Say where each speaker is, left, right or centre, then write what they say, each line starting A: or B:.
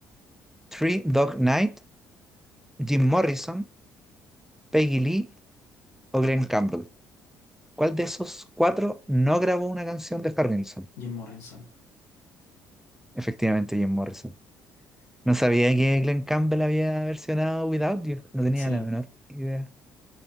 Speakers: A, in the centre; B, on the left.
A: Three Dog Night, Jim Morrison, Peggy Lee o Glenn Campbell. ¿Cuál de esos cuatro no grabó una canción de Harrelson?
B: Jim Morrison.
A: Efectivamente, Jim Morrison. No sabía que Glenn Campbell había versionado Without You. No tenía
B: Sí,
A: la menor idea.